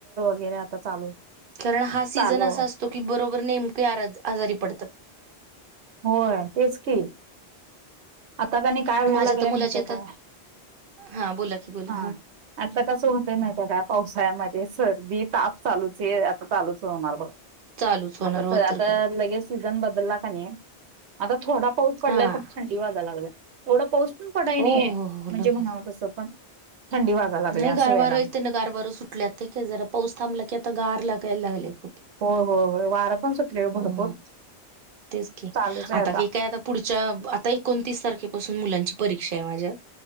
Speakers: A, on the right; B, on the right.
A: येने आता चालू.
B: कारण हा सीझन
A: चालू
B: असा असतो की बरोबर नेमके आराद आजारी पड
A: होय तेच की. आता काणी काय व्हायला
B: माझ्या
A: लागले
B: तर मुलाचे
A: माहित हे काय
B: तर हा बोला की बोला
A: हा आता कस होत नाही का पावसाळ्यामध्ये सर्दी ताप चालूच आहे आता चालूच होणार बघ.
B: चालूच होणार
A: आता
B: हो
A: स आता
B: तर काय
A: लगेच सीझन बदलला का नाही आता थोडा पाऊस पडलाय
B: हा
A: तर थंडी वाजाय लागलाये थोडा पाऊस पण पडाय
B: हो
A: नाही आहेे
B: हो हो
A: म्हणजे
B: लगेच
A: म्हणावं तसं पण थंडी वाजायला लागल्या
B: नाही गारवार
A: असं व्हायला लागलं.
B: येत ना गारवार सुटल्यात ते का जरा पाऊस थांबला की आता गार लागायला लागले खूप.
A: हो हो हो वारं पण सुटले
B: हो
A: भरपूर
B: तेच क
A: चालूच आहे
B: आता का काय आता पुढच्या आता एकोणतीस तारखेपासून मुलांच्या परीक्षा आहे माझ्या